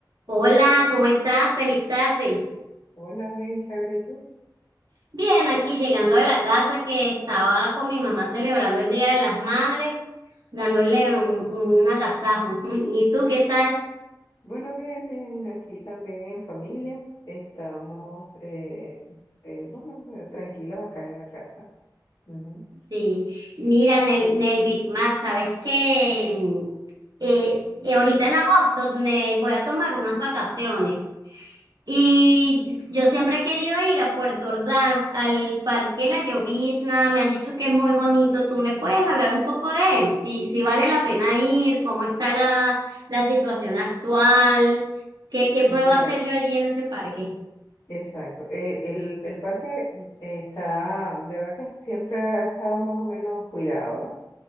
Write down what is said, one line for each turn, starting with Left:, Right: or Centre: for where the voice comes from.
Right: Hola, ¿cómo estás? Feliz tarde.
Left: Hola, bien chévere, ¿y tú?
Right: Bien, aquí llegando de la casa que estaba con mi mamá celebrando el Día de las Madres, dándole un, un agasajo. <laughs> ¿Y tú qué tal?
Left: Bueno, bien, bien, aquí también en familia. Estamos, eh, eh, bueno, eh, tranquilos acá en la casa. Ujú.
Right: Sí, mira, en el en el Big Mac, ¿sabes qué? Mm, eh, eh, ahorita en agosto me voy a tomar unas vacaciones. Y yo siempre he querido ir a Puerto Ordaz, al Parque La Llovizna, me han dicho que es muy bonito. ¿Tú me puedes hablar un poco de él? Si, si vale la pena ir, cómo está la, la situación actual, qué, qué puedo
Left: Mira,
Right: hacer yo allí en ese parque.
Left: exacto. eh, el, el parque eh, está, de verdad que siempre ha estado más o menos cuidado, ¿no?